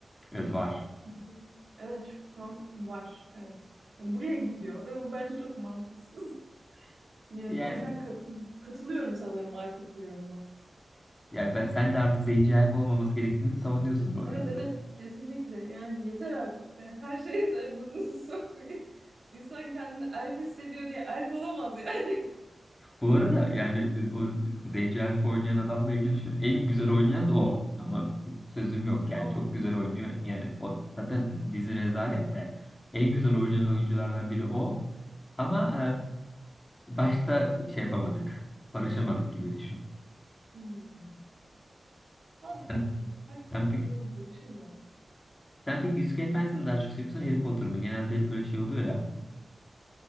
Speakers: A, on the left; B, on the right.
A: Evet
B: Dur
A: var.
B: bak. Şimdi- Evet şu an var. Evet. Yani buraya gidiyor ve bu bence çok mantıksız. Yani
A: Yani,
B: o yüzden kat- katılıyorum sanırım artık bu yoruma.
A: yani ben, sen de artık zenci elf olmaması gerektiğini savunuyorsun bu arada.
B: Evet evet kesinlikle. Yani yeter artık be. Her şeye de burnunuzu <laughs> sokmayın. İnsan kendini elf hissediyor diye elf olamaz yani.
A: Bu arada yani o Zenci Elf'i oynayan adamla ilgili şu, en güzel oynayan da o. Ama sözüm yok yani
B: <laughs> Aa.
A: çok güzel oynuyor. Yani o zaten dizi rezalet de en güzel oynayan oyunculardan biri o. Ama e, başta şey yapamadık. Barışamadık gibi düşün.
B: Hmm. Halk
A: Sen,
B: olsun. Belki
A: sen
B: yıldızımız
A: pek,
B: görüşür ya.
A: sen pek Yüzüklerin Efendisi'ni mi daha çok seviyorsun Harry Potter mı? Genelde hep böyle şey oluyor ya.